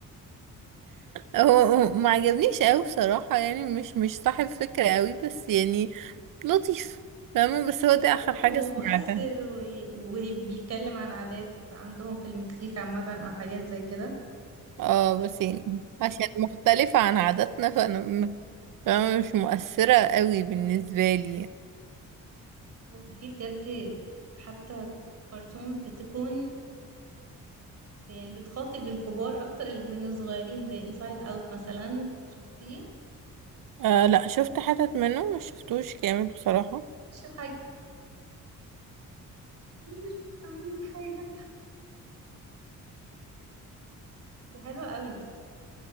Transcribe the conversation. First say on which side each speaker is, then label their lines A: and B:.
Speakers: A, on the right; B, on the right.
A: هو هو ما عجبنيش أوي بصراحة يعني مش مش صاحب فكرة أوي بس يعني لطيف فاهمة بس
B: هو
A: هو دي
B: حلو
A: آخر حاجة سمعتها
B: ومؤثر و... وبيتكلم عن عادات عندهم في المكسيك عامة او حاجات زي كده
A: اه
B: بس
A: بس يعني عشان مختلفة عن عاداتنا فأنا م- فاهمة مش مؤثرة أوي بالنسبة لي يعني.
B: بس في بجد حتى كرتونز بتكون يعني بتخاطب الكبار اكتر من الصغيرين زي انسايد اوت مثلا شفتيه
A: آه لا شفت حتت منه مش شفتوش كامل بصراحة
B: اشرب حاجة مش بتكملي حاجة دي حلوة قوي